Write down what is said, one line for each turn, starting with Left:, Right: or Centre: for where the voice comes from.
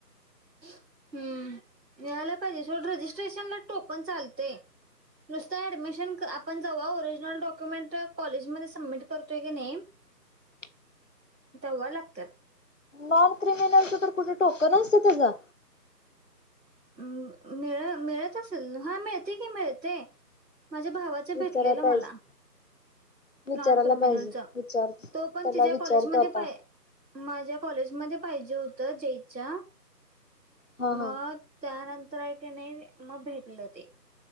Right: हम्म मिळायला पाहिजे सोड. रजिस्ट्रेशनला टोकन चालतय. नुसतं ऍडमिशन आपण जवा ओरिजिनल डॉक्युमेंट कॉलेजमध्ये सबमिट करतोय कि नाही.
Left: ह
Right: तवा लागतय.
Left: नॉन क्रिमिनलच्याकड कुठे ठोक नसत त्याचार
Right: म् मिळ मिळत असेल. हा मिळते की मिळते. माझ्या भावाच भेटलेलं
Left: विचारायला पाहिजे
Right: मला.
Left: विचारायला
Right: नॉन क्रिमिनलचा
Left: पाहिजे
Right: व
Left: विचार
Right: तो पण
Left: त्याला
Right: तिच्या्या
Left: विचारतो
Right: कॉलेजमध्येध्ये
Left: आता
Right: पाय. माझ्या कॉलेजमध्ये. पाहिजे होत. जयच्या
Left: हा
Right: मग
Left: हा
Right: त्यानंतर. ते नाही मग भेटलं ते